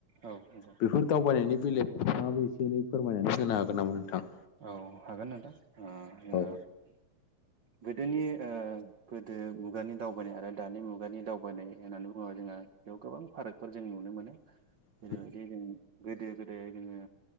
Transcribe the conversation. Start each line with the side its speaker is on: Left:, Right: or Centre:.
Right: औ नंगौ
Left: बेफोर दावबायनायनि बेलायाव नोंथाङाबो एसे एनै फोरमायनानै होनो हागोन नामा नोंथां
Right: औ हागोन नोंथां ओ जोंना
Left: औ
Right: गोदोनि ओ गोदो मुगानि दावबायनाय आरो दानि मुगानि दावबायनाय होननानै बुङोब्ला जोंहा बेयाव गोबां फारागफोर जों नुनो मोनो
Left: <inaudible>
Right: जेरैबायदि जों गोदो गोदो जोङो